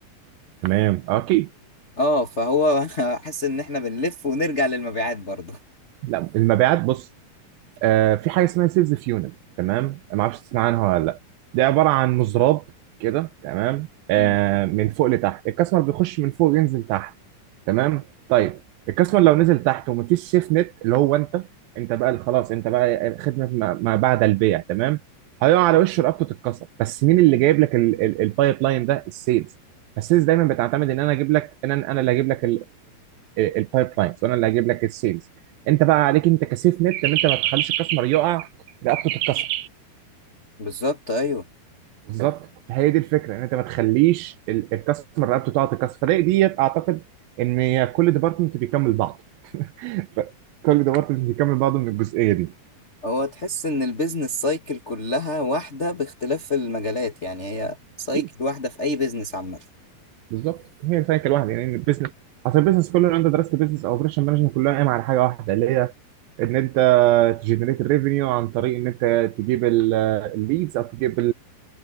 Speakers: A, on the right; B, on the left.
A: تمام آه، اكيد
B: اه فهو <laughs> حاسس ان احنا بنلف ونرجع للمبيعات برضه
A: لا المبيعات بص آه في حاجه اسمها سيلز فيونت تمام ما اعرفش تسمع عنها ولا لا دي عباره عن مزراب كده تمام آه
B: امم
A: من فوق لتحت الكاستمر بيخش من فوق ينزل تحت تمام طيب الكاستمر لو نزل تحت ومفيش سيف نت اللي هو انت انت بقى اللي خلاص انت بقى خدمه ما ما بعد البيع تمام هيقع على وشه رقبته تتكسر بس مين اللي جايب لك البايب لاين ده السيلز فالسيلز دايما بتعتمد ان انا اجيب لك ان انا أنا اللي هجيب لك البايب لاينز وانا اللي هجيب لك السيلز انت بقى عليك انت كسيف نت ان انت ما تخليش الكاستمر يقع رقبته تتكسر
B: بالظبط ايوه
A: بالظبط فهي دي الفكره ان انت ما تخليش ال- الكاستمر رقبته تقع تتكسر فدي ديت اعتقد ان كل ديبارتمنت بيكمل بعض ف- كل ديبارتمنت بيكمل بعضه من الجزئيه دي
B: هو تحس ان البيزنس سايكل كلها واحدة باختلاف المجالات يعني هي سايكل
A: ايه
B: واحدة في اي بيزنس عامة
A: بالظبط هي سايكل واحده يعني البيزنس عشان البيزنس كله لو انت درست بيزنس او اوبريشن مانجمنت كلها قايمه على حاجه واحده اللي هي ان انت تجنريت الريفينيو عن طريق ان انت تجيب الليدز او تجيب